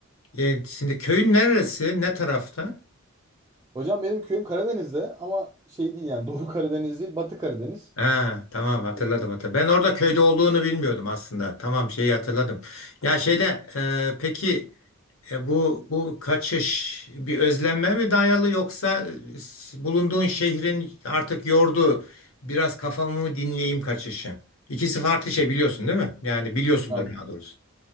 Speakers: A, on the left (about 70°); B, on the right (about 15°).
A: E, şimdi köyün neresi? Ne tarafta?
B: Hocam benim köyüm Karadeniz'de ama şey değil yani Doğu Karadeniz değil Batı Karadeniz.
A: Ha, tamam hatırladım
B: Evet.
A: hatırladım. Ben orada köyde olduğunu bilmiyordum aslında. Tamam şeyi hatırladım. Ya şeyde e, peki E bu bu kaçış bir özlenme mi dayalı yoksa e, bulunduğun şehrin artık yordu biraz kafamı mı dinleyeyim kaçışı. İkisi farklı şey biliyorsun değil mi? Yani biliyorsundur
B: Hocam
A: daha doğrusu.